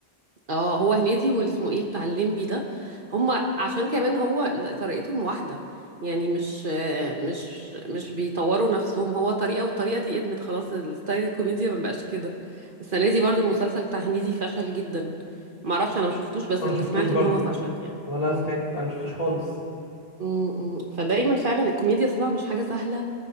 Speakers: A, on the right; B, on the left.
A: اه هو هنيدي واسمه ايه بتاع الليمبي ده هما عشان كمان هو طريقتهم واحدة يعني مش مش مش بيطوروا نفسهم هو طريقة والطريقة دي ادمت خلاص الستايل الكوميديا ما بقاش كده السنة دي برضو المسلسل بتاع هنيدي فشل جدا معرفش انا ما شفتوش بس
B: انا
A: اللي
B: مشفتوش
A: سمعته
B: برضو
A: ان هو فشل يعني
B: ولا
A: امم
B: سمعت انا مشفتوش خالص
A: امم فدايما فعلا الكوميديا اصلها مش حاجة سهلة